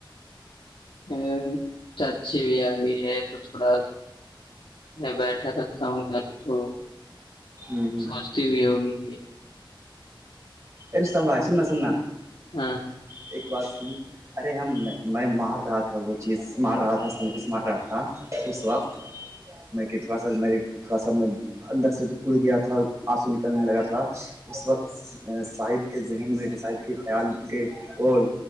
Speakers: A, on the left; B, on the right.
A: ا چچچ بھی آگی ہیں تو تھوڑا <unintelligible> میں بیٹھا رہتا ہوں ادھر تو <unintelligible>
B: ہ
A: سوچتی بھی ہوگی کہ <unintelligible>
B: ا رشتم بھائی سننا سننا
A: ہاں
B: ایک بات سو ارے ہم میں مار رہا تھا وہ چیز مار رہا تھا سروس مار رہا تھا اس وقت میں کہ تھوڑا سا م تھوڑا سا میں اندر سے گڑ گیا تھا آنسو نکلنے لگا تھا اس وقت سائد کے ذہن میں کہ سائد کے خیال کے اور